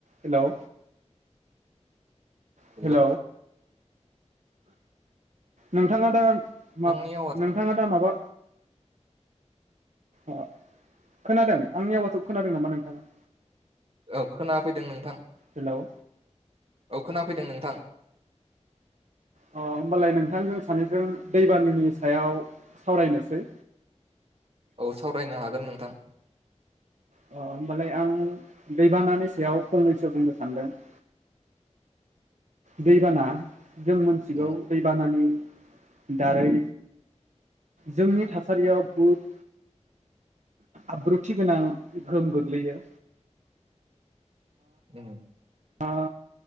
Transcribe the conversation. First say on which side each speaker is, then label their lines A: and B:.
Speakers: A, on the right; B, on the right.
A: hello हेल'
B: hello
A: नोंथाङा दा
B: नोंथांनि
A: मा
B: आवाज
A: नोंथाङा दा माबा अ खोनादों आंनि आवासखौ खोनादों नामा नोंथाङा?
B: औ खोना फैदों नोंथां।
A: हेल'
B: औ खोनाफैदों नोंथां।
A: अ होमबालाय नोंथांजों सानैजों दैबानानि सायाव सावरायनोसै।
B: औ सावरायनो हागोन नोंथां।
A: अ होमबालाय आं दैबानानि सायाव फंनैसो बुंनो सानदों। <inaudible> दैबाना जों मोन्थिगौ
B: उम
A: दैबानानि दारै जोंनि थासारियाव बहुद आब्रुथि गोनां गोहोम गोग्लैयो
B: उम
A: आ